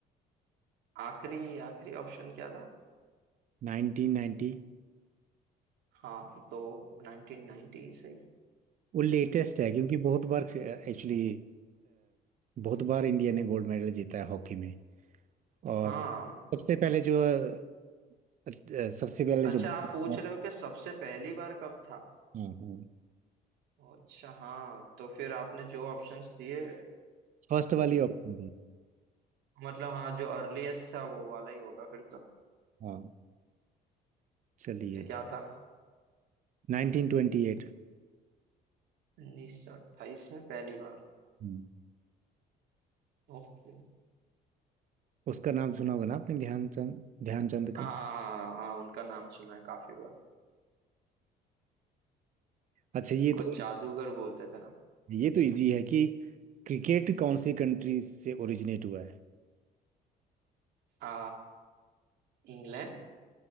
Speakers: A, on the right; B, on the right.
A: अ, आखिरी आखिरी ऑप्शन क्या था
B: नाइनटीन नाइन्टी
A: हाँ वो तो 1990 सही
B: वो लेटेस्ट है क्योंकि बहुत बार एक्चुअली बहुत बार इंडिया ने गोल्ड मेडल जीता है हॉकी में और
A: हाँ
B: सबसे पहले जो अ, अ, सबसे पहले जो
A: अच्छा आप पूछ
B: हाँ
A: रहे हो कि सबसे पहली बार कब था
B: हाँ
A: अच्छा हाँ तो फिर आपने जो ऑप्शंस दिए
B: फर्स्ट वाली
A: एक
B: ऑप्शन थी
A: मतलब हाँ जो अर्लीस्ट था वो वाला ही होगा फिर तो
B: हाँ चलिए
A: तो क्या था
B: 1928
A: 1928 में पहली बार
B: हम्म,
A: ओके
B: उसका नाम सुना होगा ना आपने ध्यानचंद ध्यानचंद का
A: हाँ हाँ हाँ हाँ, उनका नाम सुना है काफी बार
B: अच्छा ये
A: उनको
B: तो
A: जादूगर बोलते थे ना
B: ये तो इजी है कि क्रिकेट कौन सी कंट्री से ओरिजिनेट हुआ है
A: आ इंग्लैंड